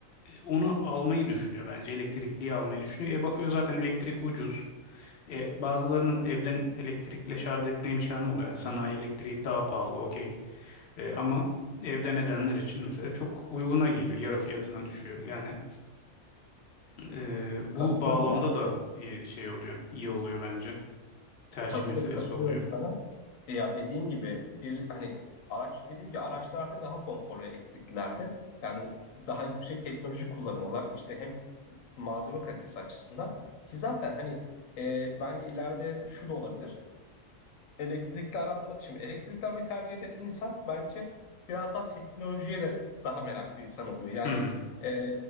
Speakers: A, on the left; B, on the left.
A: onu almayı düşünüyor bence elektrikliyi almayı düşünüyor. E bakıyor zaten elektrik ucuz. E, bazılarının evden elektrikle şarj etme imkanı oluyor. Yani sanayi elektriği daha pahalı okey. E, ama evden edenler için mesela çok uyguna geliyor. Yarı fiyatına düşüyor. Yani e, bu
B: Katılıyorum
A: bağlamda
B: ya.
A: da iyi şey oluyor. iyi oluyor bence. Tercih
B: Tabii
A: meselesi
B: tabii katılıyorum
A: oluyor.
B: sana. E ya dediğin gibi bir hani araç dediğim gibi araçlar artık daha konforlu elektriklilerde. Yani daha yüksek teknoloji kullanıyorlar. İşte hem malzeme kalitesi açısından ki zaten hani e, bence ileride şu da olabilir elektrikli araba şimdi elektrikli arabayı tercih eden insan bence biraz daha teknolojiye de daha meraklı insan oluyor. Yani
A: Hmm,
B: e,